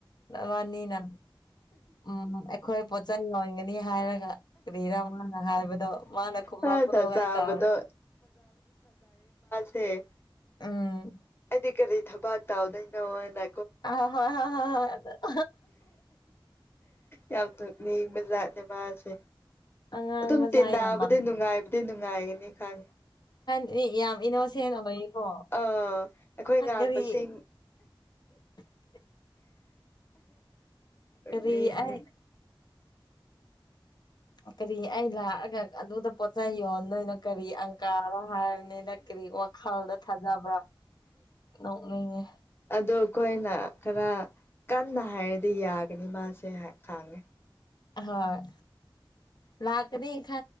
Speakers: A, on the left; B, on the left.
A: ꯋꯥꯅꯤꯅ ꯎꯝ ꯑꯩꯈꯣꯏ ꯄꯣꯠꯆ ꯌꯣꯟꯒꯅꯤ ꯍꯥꯏꯔꯒ ꯀꯔꯤꯔ ꯃꯥꯅ ꯍꯥꯏꯕꯗꯣ ꯃꯥꯅ ꯈꯨꯝꯂꯛꯄꯗꯣ
B: ꯑꯥ ꯊꯥꯖꯕꯗꯣ
A: ꯑꯩ ꯀꯥꯎꯔꯦ
B: ꯁꯦ
A: ꯑꯥ
B: ꯑ ꯀꯔꯤ ꯏ ꯊꯕ ꯇꯥꯎꯗꯩꯅꯣꯅ
A: ꯑ ꯍꯣꯏ ꯍ ꯍꯣꯏ ꯍꯣꯏ ꯑꯗꯨ ꯑꯗꯨꯣ
B: ꯌꯥꯝ ꯗꯨꯅꯤ ꯃꯖꯥꯅꯦ ꯃꯥꯁꯦ
A: ꯑꯉꯥꯡ
B: ꯑꯗꯨꯝ
A: ꯃꯆꯥ
B: ꯇꯤꯟꯅꯕꯗ
A: ꯌꯥꯝ ꯃꯥꯜꯂꯦ
B: ꯅꯨꯡꯉꯥꯏꯕꯗꯤ ꯅꯨꯡꯉꯥꯏꯒꯅꯤ ꯈꯪꯉꯤ
A: ꯑꯦ ꯌꯥꯝ ꯏꯅꯣꯁꯦꯅ ꯂꯩꯀꯣ
B: ꯑ ꯑꯩꯈꯣꯏ ꯉꯥꯡꯕꯁꯤꯡ
A: ꯀꯔꯤ <unintelligible> ꯀꯔꯤ
B: ꯅꯦ
A: ꯑꯩ ꯀꯔꯤ ꯑꯩ ꯂꯥꯛꯑꯒ ꯑꯗꯨꯗ ꯄꯣꯠꯆ ꯌꯣꯟ ꯅꯣꯏꯅꯣ ꯀꯔꯤ ꯑꯪꯀꯥꯔ ꯍꯥꯏꯔꯅꯤꯅ ꯀꯔꯤ ꯋꯥꯈꯜꯗ ꯊꯥꯖꯕ꯭ꯔꯥ ꯣꯡꯉꯉ
B: ꯑꯗꯣ ꯑꯩꯈꯣꯏꯅ ꯈꯔ ꯀꯟꯅ ꯍꯥꯏꯔꯗꯤ ꯌꯥꯒꯅꯤ ꯃꯥꯁꯦ ꯈꯥꯡꯉꯦ
A: ꯍꯣꯏ ꯂꯀꯅꯤ ꯈ